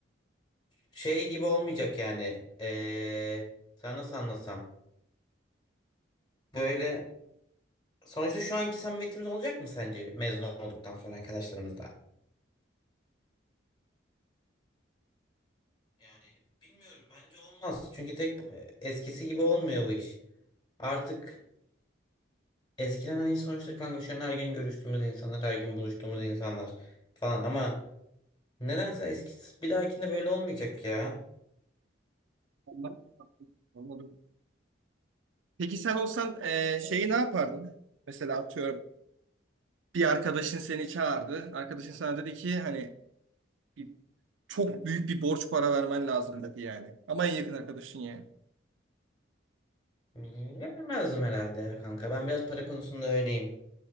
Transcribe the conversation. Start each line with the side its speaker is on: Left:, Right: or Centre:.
Left: Şey gibi olmayacak yani. E, sana nasıl anlatsam? Böyle Sonuçta şu anki samimiyetimiz olacak mı sence mezun olduktan sonra arkadaşlarımızla? Yani bilmiyorum bence olmaz. Çünkü tek e, eskisi gibi olmuyor bu iş. Artık eskiden hani sonuçta kanka şu an her gün görüştüğümüz insanlar, her gün buluştuğumuz insanlar falan ama nedense eskisi bir dahakinde böyle olmayacak ya.
Right: Allah. Anladım. Peki sen olsan eee, şeyi ne yapardın? Mesela atıyorum bir arkadaşın seni çağırdı. Arkadaşın sana dedi ki hani bir- çok büyük bir borç para vermen lazım dedi yani. Ama en yakın arkadaşın yani.
Left: Vermezdim herhalde ya kanka. Ben biraz para konusunda öyleyim.